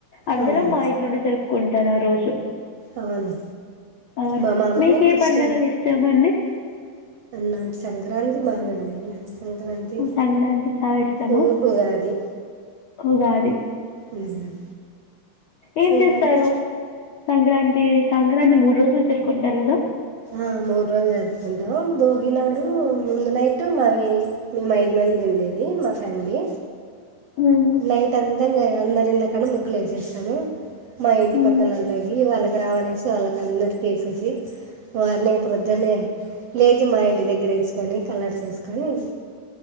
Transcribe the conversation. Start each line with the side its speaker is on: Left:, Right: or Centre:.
Left: అందరం
Right: ఉమ్,
Left: మా ఇంట్లోనే జరుపుకున్ టారు ఆ రోజు
Right: అవును
Left: అవును
Right: మా మామగారు
Left: మీక ఏ
Right: క్రిస్టియన్
Left: పండగలు ఇష్టం అండి
Right: నాకు సంక్రాంతి బాగండి సంక్రాంతి
Left: సంక్రాంతి చాలా ఇష్టము
Right: ఉ ఉగాది
Left: ఉగాది
Right: ఉమ్,
Left: ఏం
Right: ఉగాది
Left: చేస్తారు సంక్రాంతి సంక్రాంతి మూడు రోజులు జరుకుంటారు కదా
Right: ఆ మూడు రోజులు జరుపుకుంటాము భోగినాడు ముందు నైట్ మావి మేము ఐదు మంది ఉండేది మా ఫ్యామిలీ
Left: మ్మ్.
Right: నైట్ అందంగా యా అందరి ఇండ్ల కాడ ముగ్గులే సేస్తాము మా ఇంటి
Left: మ్మ్.
Right: పక్కనల్లకి వాళ్ళక్ రావ్ అనేసి వాళ్ళకి అందరికి వేేసేసి మార్నింగ్ ప్రొద్దునే లే మా ఇంటి దగ్గర ఏసుకొని కలర్ చేసుకని